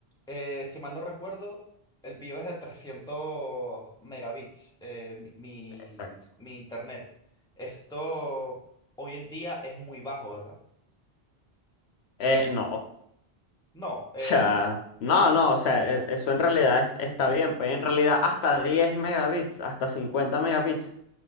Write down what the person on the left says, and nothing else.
Exacto.
Eh, no, o
sea, no,
no, o sea, e- eso en realidad est- está bien, pues en realidad hasta 10 megabits, hasta 50 megabits,